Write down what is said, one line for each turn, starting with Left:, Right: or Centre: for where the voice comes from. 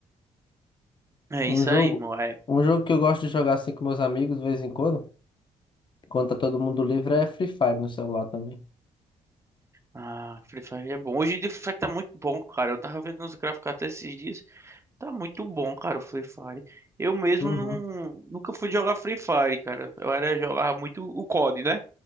Right: É
Left: Um
Right: isso
Left: jogo,
Right: aí, irmão. É,
Left: um jogo que eu gosto de jogar, assim, com meus amigos, de vez em quando, quando tá todo mundo livre, é Free Fire no celular também.
Right: Ah, Free Fire é bom. Hoje em dia o Free Fire tá muito bom, cara. Eu tava vendo os gráficos até esses dias. Tá muito bom, cara, o Free Fire. Eu mesmo
Left: Uhum.
Right: não, nunca fui jogar Free Fire, cara. Eu era jogar muito o COD, né?